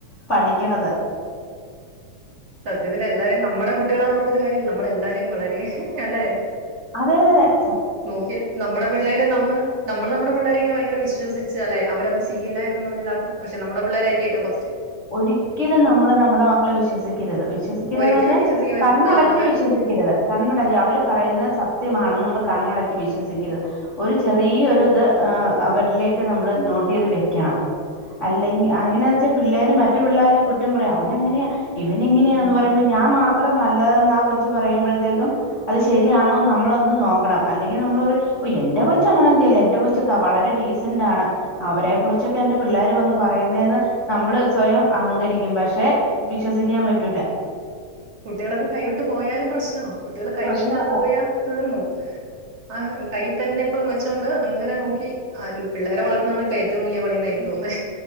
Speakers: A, on the left; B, on the right.
A: പഠിക്ക്ണത്.
B: സത്യത്തില എല്ലാരിം നമ്മടെ കുട്ടികളാന്ന് ഓർത്ട്ട് കാര്യല്ല നമ്മളെല്ലാവരിം വളരെ അല്ലെ?
A: അതെ അതെ അതെ സ.
B: നോക്കിലും നമ്മുടെ പിള്ളേരെ നമ്മള് നമ്മള് നമ്മുടെ പിള്ളേരെങ്ങനെ ഭയങ്കര വിശ്വസി ച് അല്ലെ അവരത് ചെയ്യില്ല എന്ന് പറഞ്ഞതാക്കും. പക്ഷെ നമ്മടെ പിള്ളേരായിരിക്കും ഏറ്റവും ഫസ്റ്റ്.
A: ഒരിക്കലും നമ്മള് നമ്മുടെ മക്കളെ വിശ്വസിക് രുത് വിശ്വസിക്കരുത്
B: ഒരിക്കലും
A: ന്ന് പറഞ്ഞാൽ
B: വിശ്വസിക്കാൻ പറ്റില്ല
A: കണ്ണടച്ച്
B: ആ അതെ
A: വിശ്വസിക്കരുത്. കണ്ണടച് അവര് പറയുന്നത് സത്യമാണ്ന്ന് നമ്മൾ കണ്ണടച്ച് വിശ്വസിക്കരുത്. ഒരു ചെറിയൊ ഒരു ഇത്- ഉഹ് അവരിലേക്ക് നമ്മള് നോട്ട് ചെയ്ത് വെക്കണം. അല്ലെങ്ക അങ്ങനെയ വച്ചാ പിള്ളേര് മറ്റു പിള്ളേരെ കുറ്റം പറയും, അവനങ്ങനെയ ഇവാനിങ്ങനെയാന്ന്
B: ഉം
A: പറുമ്പോ
B: ഉം
A: ഞാ മാ അത്ര നല്ലതെന്ന ആ കൊച് പറയുമ്പോഴത്തേക്കും അത് ശരിയാണോ നമ്മളൊന്ന് നോക്കണം, അല്ലെങ്കി നമ്മളൊരു. ഓ എന്റെ കൊച് അങ്ങനൊന്നു ചെയ്യില്ല, എന്റെ കൊച് ക വളരെ ഡീസന്റ് ആണ് അവരെ കുറിച്ചൊക്കെ എന്റെ പിള്ളേർ വന്ന് പറയ പറയുന്നെന്ന് നമ്മള് സ്വയം അഹങ്കരിക്കും പക്ഷെ വിശ്വസിക്കാൻ പറ്റൂല.
B: കുട്ടികളൊക്കെ കൈവിട്ട് പോയാലും പ്രശ്നാ കുട്ടികൾ കൈവിട്ട്
A: പ്രശ്നം
B: പോയാ
A: അത്
B: തീർന്നു. ആ കയ്യിൽ തന്നെ ഇപ്പളും വെ ചോണ്ട് അങ്ങനെ നോക്കി ആ പിള്ളേരെ വളർന്നാണ് പ്പ ഏറ്റവും വലിയ പണിന്ന എനി യോന്നെ